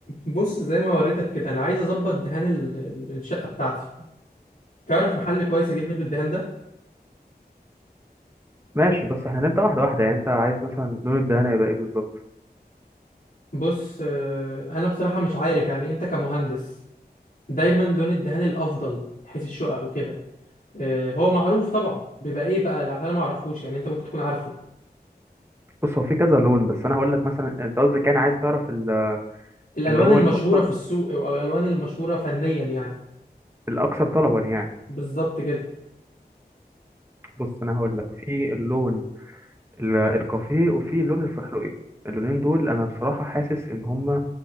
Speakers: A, on the left (about 60°); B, on the right (about 15°).
A: بص زي ما وريتك كده انا عايز اظبط دهان ال- ال- الشقه بتاعتي تعرف محل كويس اجيب منه الدهان ده
B: ماشي بس احنا هنبدأ واحدة واحدة يعني انت عايز مثلا لون الدهانة يبقى ايه بالظبط
A: بص آه، انا بصراحه مش عارف يعني انت كمهندس دايما لون الدهان الافضل حيث الشقق وكده آه، هو معروف طبعا بيبقى ايه بقى اللي- عشان انا ما اعرفوش يعني انت ممكن تكون عارفه
B: بص هو في كذا لون بس انا هقول لك مثلا انت قصدك يعني عايز تعرف ال-
A: الالوان
B: اللي هو
A: المشهوره
B: الاكثر
A: في السوق او أو الالوان المشهوره فنيا يعني
B: الاكثر طلبا يعني
A: بالظبط كده
B: بص انا هقول لك في اللون ال- الكافيه وفي اللون الفحلوقي اللونين دول انا بصراحة حاسس ان هما